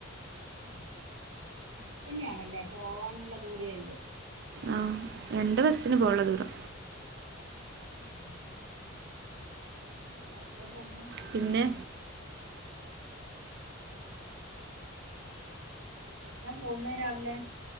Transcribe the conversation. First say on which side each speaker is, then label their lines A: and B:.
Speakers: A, on the right; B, on the right.
A: ആ അടുത്തന്നെയാണല്ലേ പോവാനുള്ള ദൂരേ ഉള്ളു
B: ആ രണ്ട് ബസ്സ്ന് പോവാൻള്ള ദൂരം
A: ആ രണ്ട്ബസ്സ്ന് പോണം എപ്പഴാണ് രാവിലെ പോകുന്ന
B: പിന്നെ
A: ഉമ്മി എങ്ങനാ പോവുന്നേ രാവിലെ